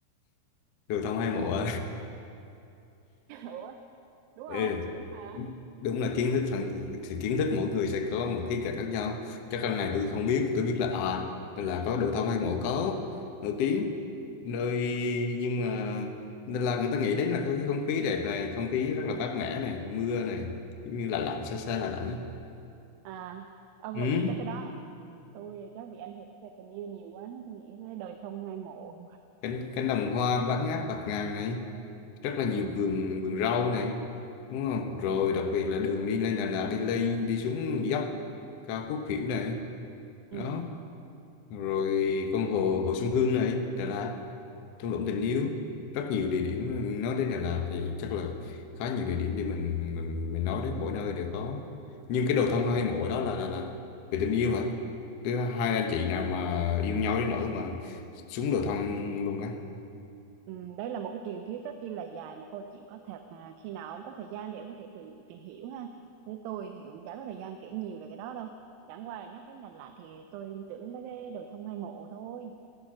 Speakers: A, on the left (about 70°); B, on the right (about 80°).
A: tôi không
B: <laughs>
A: hay
B: sao
A: mộ
B: Ủa, đúng
A: Ừ.
B: không đúng mà
A: Đúng là kiến thức phần thì kiến thức mỗi người sẽ có một khía cạnh khác nhau. Chắc anh này tôi không biết, tôi biết là à là có đồ thông hay mộ có nổi tiếng nơi nhưng mà nên là người ta nghĩ đến là cái không khí đẹp này, không khí rất là mát mẻ này, mưa này, giống như là lạnh xa xa là lạnh ấy.
B: à ông
A: Ừ.
B: là nghĩ tới cái đó à? tôi chắc bị ảnh hưởng về tình yêu nhiều quá tôi nghĩ tới đời thông hai mộ
A: Cánh cánh đồng hoa bát ngát bạt ngàn này, rất là nhiều
B: ừ
A: vườn vườn rau này, đúng không? Rồi đặc biệt là đường đi lên Đà Lạt đi lên đi xuống dốc cao khúc kiểu này. đó
B: ừ
A: rồi con hồ hồ Xuân Hương này Đà Lạt thung lũng
B: ừ
A: tình yêu rất nhiều địa điểm nói đến Đà Lạt thì chắc là khá nhiều địa điểm để mình mình, mình nói đấy mỗi nơi đều có nhưng cái đầu tâm hai mộ đó là là là về tình yêu hả Cái hai anh chị nào mà yêu nhau đến nỗi mà xuống đầu thăm luôn á
B: Ừ, đây là một cái truyền thuyết rất chi là dài một câu chuyện có thật à, khi nào ông có thời gian để ông có thể tự tìm hiểu ha với tôi thì cũng chả có thời gian kể nhiều về cái đó đâu chẳng qua là nhắc đến Đà Lạt thì tôi liên tưởng tới cái đồi thông hai mộ thôi